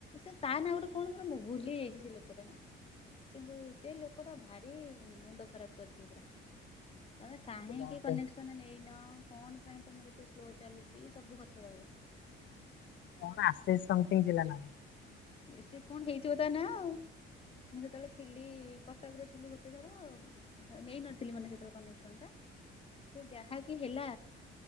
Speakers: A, on the left (about 25°); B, on the left (about 60°).
A: ସେ ତା ନାଁ ଗୋଟେ କଣ ମୁଁ ଭୁଲିଯାଇଛି ସେ ଲୋକଟା ନା କିନ୍ତୁ ସେଇ ଲୋକ ଟା ଭାରି ମୁଣ୍ଡ ଖରାପ କରିଛି ପୁରା। ତମେ କାହିଁକି
B: ଥିଲା ଗୋଟେ
A: କନେକ୍ସନ ନେଇନ କଣ ପାଇଁ ତମର ଏତେ ସ୍ଲୋ ଚାଲୁଛି ସବୁ କଥା କହିବ।
B: କଣ ଆସେ ସମଥିଙ୍ଗ ଥିଲା ନାଁ।
A: ବେଶୀ କଣ ହେଇଥିବ ତା ନା ଆଉ। ମୁଁ ଯେତେବେଳେ ଥିଲି କଟକ ରେ ଥିଲି ଗୋଟେ ଥର ଆଉ ନେଇନଥିଲି ମାନେ ସେତବେଳେ କନେକ୍ସନଟା ସେ ଯାହାକି ହେଲା